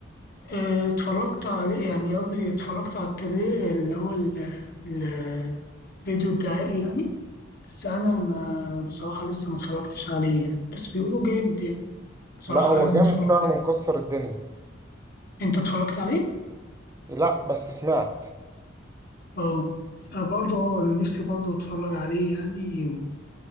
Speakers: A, on the left; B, on the right.
A: آه، اتفرجت عليه يعني قصدي اتفرجت على التري اللي هو ال- ال- الفيديو الدعائي يعني بس أنا ما بصراحة لسه ما اتفرجتش عليه يعني. بس بيقولوا جامد يعني بصراحة
B: لا هو
A: عايز
B: جامد
A: أتفرج
B: فعلا
A: عليه
B: مكسر الدنيا
A: أنت اتفرجت عليه؟
B: لا بس سمعت
A: اه برضه اه أنا نفسي برضه أتفرج عليه يعني